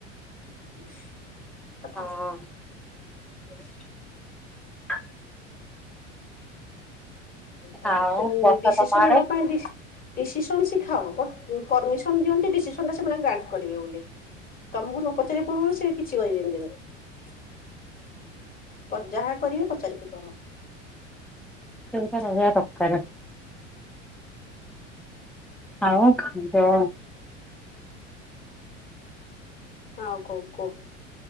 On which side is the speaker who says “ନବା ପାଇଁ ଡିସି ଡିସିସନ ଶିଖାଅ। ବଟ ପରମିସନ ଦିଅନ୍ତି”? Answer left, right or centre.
Left